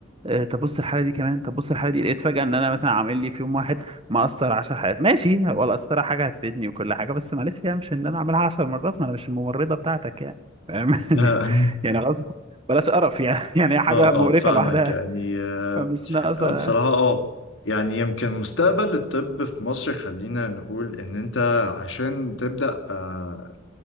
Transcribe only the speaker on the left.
<laughs>
اه
اه فاهمك
يعني آه
بصراحة اه يعني يمكن مستقبل الطب في مصر خلينا نقول ان انت عشان تبدأ آه